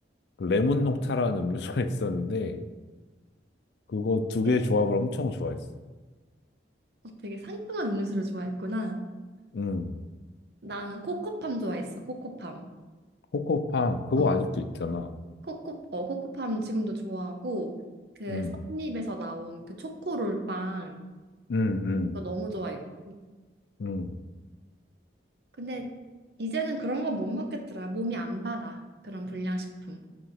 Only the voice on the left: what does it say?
그 레몬 녹차라는 음료수가 <laughs> 있었는데, 그거 두
개 조합을 엄청 좋아했어.
응.
코코팜, 그거
아직도 있잖아.
응,
응, 응,
응.